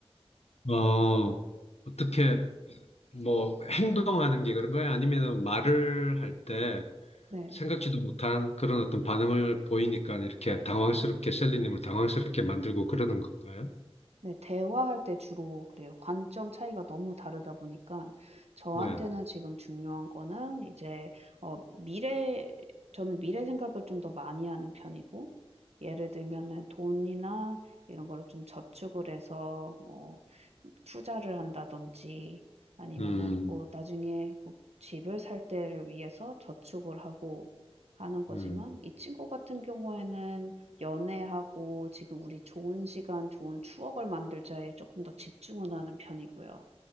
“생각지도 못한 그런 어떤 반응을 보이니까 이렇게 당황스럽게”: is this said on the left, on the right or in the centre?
Left